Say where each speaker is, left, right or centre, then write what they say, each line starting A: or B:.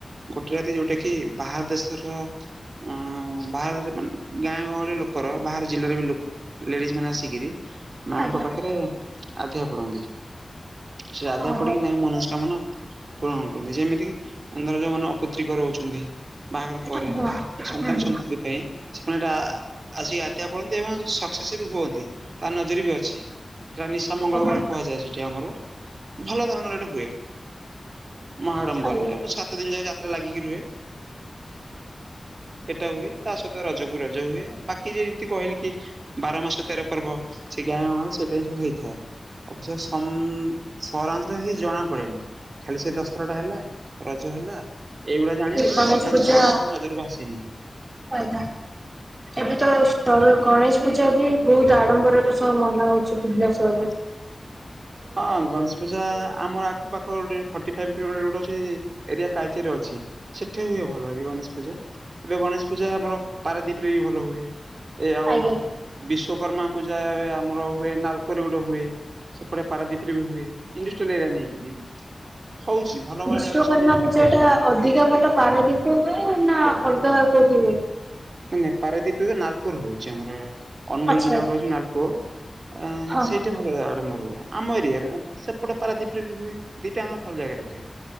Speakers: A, on the right (about 65°); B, on the right (about 40°).
A: ଗୋଟେ ରାତି ଯୋଉଟା କି ବାହାର ଦେଶର। ଉଁ ବାହାର ଯୋ ମାନେ ଗାଁ ଗହଳି ଲୋକର ବାହାର ଜିଲ୍ଲାରେ ବି ଲୋ ଲେଡିଜ ମାନେ ଆସିକିରି ମାଙ୍କ
B: ଆଜ୍ଞା
A: ପାଖରେ ଆଧିଆ ପଡନ୍ତି। ସେ ଆଧିଆ
B: ଓହୋ
A: ପଡିକି ତାଙ୍କ ମନସ୍କାମନା ପୂରଣ କରନ୍ତି ଯେମିତି କିି। ଅଁ ଧର ଯୋଉ ମାନ ଅପୁତ୍ରିକ ରହୁଛନ୍ତି ବାହାଘର ପରେ
B: ଆଜ୍ଞା ହୁଁ
A: ସନ୍ତାନ
B: ହୁଁ।
A: ସନ୍ତତି ପାଇଁ। ସେମାନେ ଏଇଟା ଆ ଆସିକି ଆଧିଆ ପଡନ୍ତି ଏବଂ ସକ୍ସେସ ବି ହୁଅନ୍ତି ତା ନଜରେ ବି ଅଛି। ସେଇଟା ନିଶା ମଙ୍ଗଳବାର
B: ଆଜ୍ଞା
A: କୁହାଯାଏ ସେଠି ଆମର ଭଲ ଧରଣରେ ଏଇଟେ ହୁଏ। ମହାଡମ୍ବରେ
B: ଆଜ୍ଞା
A: ଏବଂ ସାତ ଦିନ ଯାକ ଯାତ୍ରା ଲାଗିକି ରୁହେ। ସେଟା ହୁଏ ତା ସହିତ ରଜ କୁ ରଜ ହୁଏବାକି ଯେମିତି କହିଲି କି। ବାର ମାସେ ତେର ପର୍ବ ସେ ଗାଁ ସେଇଟା ହିଁ ସବୁ ହେଇଥାଏ। ଅବସ୍ୟ ସମ ସହରାଞ୍ଚଳ ରେ କିଛି ଜଣା ପଡେନି ଖାଲି ସେଇ ଦଶରା ଟା ହେଲା। ରଜ ହେଲା ଏଇଗୁଡା ଜାଣିବେ
B: ଏ
A: କିନ୍ତୁ
B: ଗଣେଶ
A: ଅଲଗା
B: ପୂଜା
A: ଜିନିଷ ଟାକୁ ଏତେ ନଜରକୁ ଆସେନି।
B: ଆଜ୍ଞା। ଏବେ ତ ସର ଗଣେଶ ପୂଜା ବି ବହୁତ ଆଡମ୍ବରର ସହ ମନା ହଉଚି ଭୁବନେଶ୍ୱର ରେ।
A: ହଁ ଗଣେଶ ପୂଜା ଆମର। ପାଖ ପାଖ ଗୋଟେ ଫର୍ଟି ଫାଇଭ୍ କିଲୋମିଟର ଗୋଟେ ଅଛି ଏରିଆ ତାଲଚେର ଅଛି। ସେଠେଇ ହୁଏ ଭଲ ବି ଗଣେଶ ପୂଜା ଏବେ ଗଣେଶ ପୂଜା ଆମର ପାରାଦୀପ ରେ ବି ଭଲ ହୁଏ। ଏ ଆଉ।
B: ଆଜ୍ଞା
A: ବିଶ୍ଵକର୍ମା ପୂଜା ଏ ଆମର ହୁଏ ନାଲକୋରେ ଗୋଟେ ହୁଏ ସେପଟେ। ପାରଦୀପ ରେ ବି ହୁଏ ଇଣ୍ଡଷ୍ଟ୍ରିଆଲ ଏରିଆ ନେଇକରି ବି ହଉଛି। ଭଲ
B: ବିଶ୍ୱକର୍ମା
A: ଭଲ ଜାଗାରେ ସବୁ ଜିନିଷ
B: ପୂଜା
A: ଗୁଡା ହଉଛି।
B: ଟା ଅଧିକା ଭଲ ପାରାଦୀପ ରେ ହୁଏ ନା ଅଲଗା କୋଉଠି ହୁଏ?
A: ମାନେ ପାରାଦ୍ୱୀପ ରେ ତ ନାଲକୋ ରହୁଛି ଆମର। ଅନୁଗୁଳ
B: ଆଚ୍ଛା
A: ଜିଲ୍ଲା
B: ଆଚ୍ଛା
A: ଗୋଟେ ଅଛି ନାଲକୋ ଅ
B: ହଁ
A: ସେଇଟା ଭଲରେ ଆଡମ୍ବର ହୁଏ, ଆମ ଏରିଆ ରେ ସେପଟ ପାରାଦୀପରେ ବି ହୁଏ ଦିଟା ଆମର ଭଲ ଜାଗାରେ ହୁଏ।